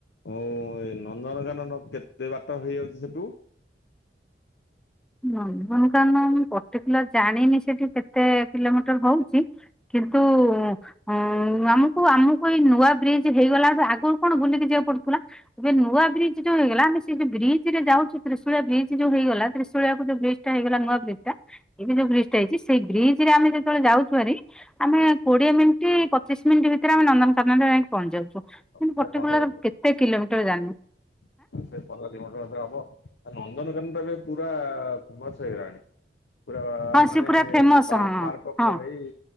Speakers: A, on the left; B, in the centre.
A: ଅ ଉ ନନ୍ଦନକାନନ କେତେ ବାଟ ହେଇଯାଉଛି ସେଠୁ?
B: ନନ୍ଦନକାନନ୍ ମୁଁ ପର୍ଟିକୁଲାର ଜାଣିନି ସେଠି କେତେ କିଲୋମିଟର ହଉଛି। କିନ୍ତୁ ହଁ ଆମକୁ ଆମକୁ ଏଇ ନୂଆ ବ୍ରିଜ ହେଇଗଲା ଆଗରୁ କଣ ବୁଲିକି ଯିବାକୁ ପଡୁଥିଲା। ଏବେ ନୂଆ ବ୍ରିଜ୍ ଯୋଉ ହେଇଗଲା ଆମେ ସେ ଯୋଉ ବ୍ରିଜ ରେ ଯାଉଛୁ ତ୍ରିଶୁଳିଆ ବ୍ରିଜ୍ ଯୋଉ ହେଇଗଲା। ତ୍ରିଶୁଳିଆ କୁ ଯୋଉ ବ୍ରିଜ୍ ଟା ହେଇଗଲା ନୂଆ ବ୍ରିଜ୍ ଟା। ଏବେ ଜଉ ବ୍ରିଜ୍ ଟା ହେଇଚି ସେଇ ବ୍ରିଜ ରେ ଆମେ ଯେତେବେଳେ ଯାଉଛୁ ଭାରି ଆମେ କୋଡିଏ ମିନିଟ୍ ପଚିଶ ମିନିଟ୍ ଭିତରେ ଆମେ ନନ୍ଦନକାନନ୍ ରେ ଯାଇକି ପହଞ୍ଚି ଯାଉଛୁ। ହୁଁ
A: ପ୍ରାୟ
B: ପର୍ଟିକୁଲାର
A: ପନ୍ଦର
B: କେତେ କିଲୋମିଟର ଜାଣିନୁ।
A: <inaudible> ନନ୍ଦନକାନୀଟା ଏ ପୁରା ଫେମସ ହେଇ ଗଲାଣି। ପୁରା
B: ହଁ
A: ମାନେ
B: ସେ ପୁରା ଫେମସ
A: ପାର୍କ
B: ହଁ
A: ଫାର୍କ ପୁରା
B: ହଁ
A: ହେଇ